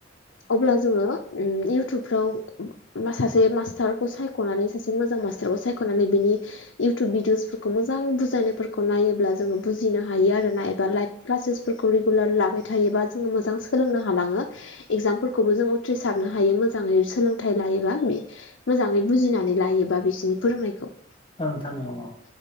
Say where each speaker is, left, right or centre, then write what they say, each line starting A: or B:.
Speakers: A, on the left; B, on the left.
A: अब्ला जोङो उम इउटुबफ्राव बा सासे मास्टारखौ सायख'नानै सासे मोजां मास्टारखौ सायख'नानै बिनि इउटुब भिदिअस फोरखौ मोजां बुजायनायफोरखौ नायोब्ला जोङो बुजिनो हायो आरोना एबा लाइभ क्लासेस फोरखौ रेगुलार लाबाय थायोबा जोङो मोजां सोलोंनो हालाङो। एगजामफोरखौबो जों उथ्रिसारनो हायो मोजाङै सोलोंथाइ लायोबा बे मोजाङै बुजिनानै लायोबा बिसोरनि फोरोंनायखौ।
B: औ नोंथां नंगौ।